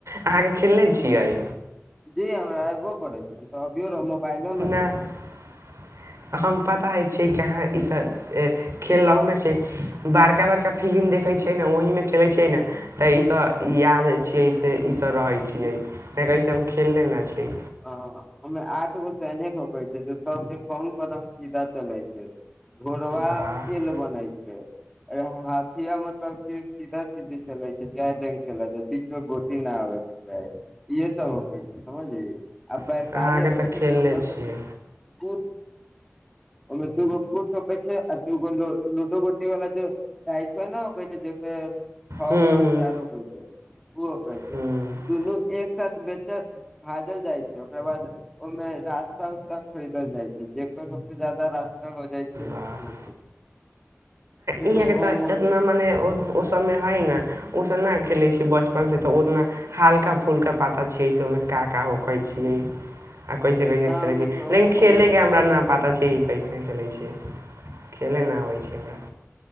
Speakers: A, on the right (about 70°); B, in the centre.
A: अहाँके खेलने छियै।
B: जी हमरा एबो करे छै, हम त अभियो मोबाइलो मे
A: ना
B: छी हमर
A: <inaudible> हम पता अइ छै, अहाँ ई सभ खेलनहूँ नै छिअइ बड़का - बड़का फिलिम देखै छियै ने ओही मे खेलै छै ने त ई सब आबै छियै सै ई सब रहै छै, छियै नै त ई सब हम खेलने ना छिअइ।
B: ह अमे आठ एगो सैनिक होकै छै, सब एकहुन कदम सीधा चलै छै, घोरबा
A: वाह
B: ऐल बनै छै। अरे हं हाथिया मतलब के सीधा सीधे चले छै, जाय डेग चलै छै बीच में गोटी न आबे के चाही ईहे सब होकै छै, समझलही आ बैपारी
A: अहाँके
B: आबै
A: तऽ
B: छै
A: खेलले
B: हमे
A: छियै
B: <unintelligible> ओहिमे दूगो फूट होकै छै, आ दूगो लू लूडो गोटी वाला टाइस ने होकै छै, से छओ
A: ह्म
B: पाँच चार होकै छै, उ होकै छै,
A: ह्म ह्म
B: दुनू एक साथ बेच भादल जाइ छै, ओकरा बाद ओइमें रास्ता उस्ता खरीदल जाइ छै। जेकर सबसं जादा रास्ता हो जाइ छै,
A: वाह
B: ओ ई
A: इहाँके
B: सब
A: त
B: हम
A: इतना मने ओ सबमे हइ न ओ सब नं खेलै छी बचपनसे‌ त ओतना हाल्का फूलका पाता छियै से ओहिमे का - का होखै छियै। आ कैसे - कैसे
B: हमनी
A: खेले छी
B: के
A: लेकिन खेले
B: हॉस्टल
A: के हमरा
B: मे
A: न
B: रह
A: पता पता छै कैसे खेलै छिअइ खेलै नै आबै छै हमरा